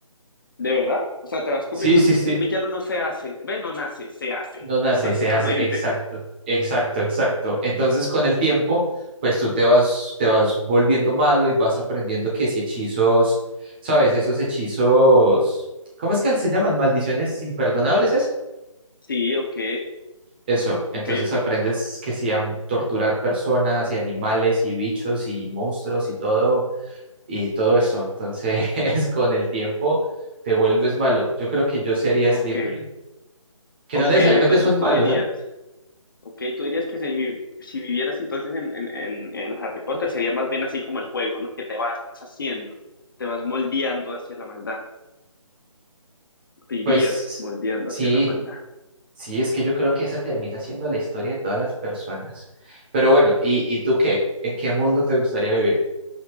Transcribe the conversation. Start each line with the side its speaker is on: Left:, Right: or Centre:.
Left: verdad? O sea, te vas con...
Right: Sí,
Left: vi- No,
Right: sí, sí.
Left: un villano no se hace. Ve, no nace, se hace,
Right: No nace,
Left: <laughs> básicamente.
Right: se hace. Exacto, exacto, exacto. Entonces, con el tiempo, pues tú te vas, te vas volviendo malo y vas aprendiendo que si hechizos, ¿sabes? Esos hechizos, ¿cómo es que se llaman? Maldiciones imperdonables, ¿es?
Left: Sí, ok,
Right: Eso. Entonces
Left: ok, ok,
Right: aprendes que si a torturar personas y animales y bichos y monstruos y todo y todo eso. Entonces, <laughs> con el tiempo te vuelves malo. Yo creo que yo sería
Left: ok.
Right: Slytherin, que
Left: Ok,
Right: no necesariamente
Left: entonces
Right: son
Left: tú
Right: malos,
Left: dirías...
Right: ¿ah?
Left: Ok, tú dirías que si, vi- si vivieras entonces en, en, en, en Harry Potter sería más bien así como el juego, ¿no? Que te vas haciendo, te vas moldeando hacia la maldad, te irías
Right: Pues
Left: moldeando
Right: sí,
Left: hacia la maldad.
Right: sí, es que yo creo que esa termina siendo la historia de todas las personas. Pero bueno, ¿y, y tú qué? ¿En qué mundo te gustaría vivir?